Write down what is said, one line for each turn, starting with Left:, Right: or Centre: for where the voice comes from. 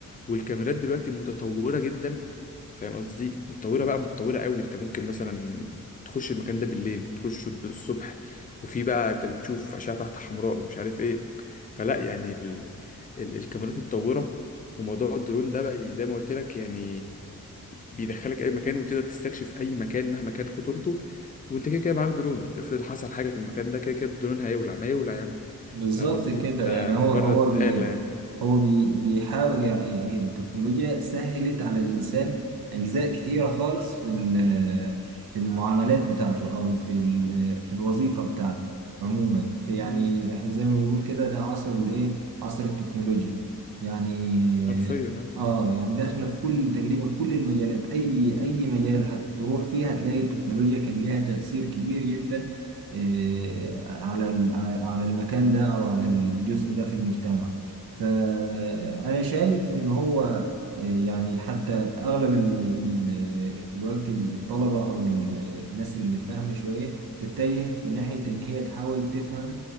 Left: والكاميرات دلوقتي متطوره جدا فاهم قصدي متطوره بقى متطوره قوي انت ممكن مثلا تخش المكان ده بالليل تخش بالصبح وفي بقى انت بتشوف اشعه تحت حمراء ومش عارف ايه فلا يعني ال... ال... الكاميرات متطوره وموضوع الدرون ده بقى زي ما قلت لك يعني بيدخلك اي مكان وتقدر تستكشف اي مكان مهما كان خطورته وانت كده كده معاك درون افرض حصل حاجة في المكان ده كده كده الدرون هيولع ما يولع يا عم
Right: بالظبط
Left: فاهم قصدي
Right: كده
Left: ده
Right: يعني
Left: مجرد
Right: هو هو بي
Left: آلة يعني
Right: هو بي بيحاول يعني التكنولوجيا سهلت على الإنسان أجزاء كتيرة خالص في ال- في المعاملات بتاعته أو في ال- في الوظيفة بتاعته عموما في يعني
Left: امم
Right: إحنا زي ما بنقول كده ده عصر الإيه عصر التكنولوجيا يعني
Left: حرفيا
Right: آه
Left: اه
Right: آه، يعني داخلة في كل تقريبا كل المجالات أي أي مجال هتروح فيه هتلاقي التكنولوجيا كان ليها تأثير كبير جدا آه، على ال- على المكان ده او على الجزء ده في المجتمع فانا شايف ان هو آه، يعني حتى اغلب ال- ال- دلوقتي الطلبه او ال- الناس اللي فاهمه شويه تتجه في ناحيه ان هي تحاول تفهم